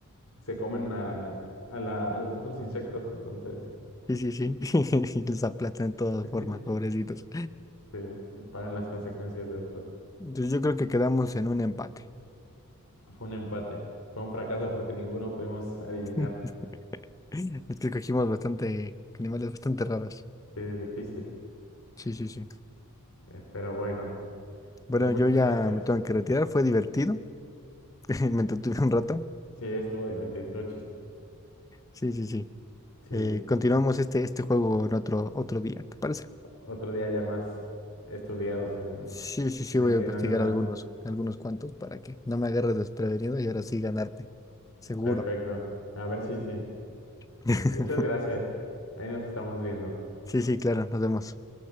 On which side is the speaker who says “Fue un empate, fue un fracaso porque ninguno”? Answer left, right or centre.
Left